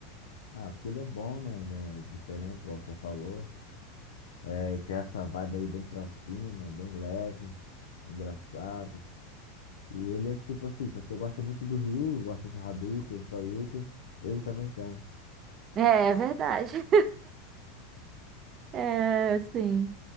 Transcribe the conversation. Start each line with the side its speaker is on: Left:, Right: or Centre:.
Left: Ah, porque ele é bom, né? Ele é diferente, igual você falou. É, e tem essa vibe aí bem pra cima, bem leve, engraçado. E ele é tipo assim, se você gosta muito do Ryu, gosta de Hadouken, Shoryuken, ele também tem.
Right: é verdade. <laughs> É, sim.